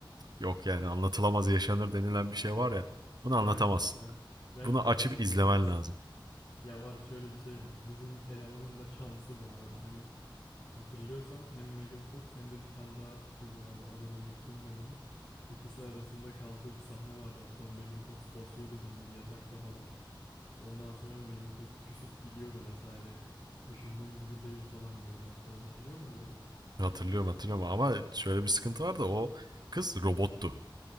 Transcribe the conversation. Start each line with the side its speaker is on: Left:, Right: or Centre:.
Right: Yok yani anlatılamaz yaşanır denilen bir şey var ya. Bunu
Left: Gerçekten,
Right: anlatamazsın.
Left: gerçekten
Right: Bunu açıp
Left: anlatamazsın.
Right: izlemen lazım.
Left: Ya var şöyle bir şey var. Bizim elemanın da şansı bu arada. Hani Hatırlıyorsan hem Megan Fox hem de bir tane daha kız vardı. Adını unuttum ben onun. İkisi arasında kaldığı bir sahne vardı. Hatta Megan Fox basıyordu bunları yatakta falan. Ondan sonra Megan Fox küsüp gidiyordu vesaire. Düşündüğün gibi değil falan diyordu hatta. Hatırlıyor musun orayı?
Right: Hatırlıyorum hatırlıyorum ama şöyle bir sıkıntı var da o kız robottu.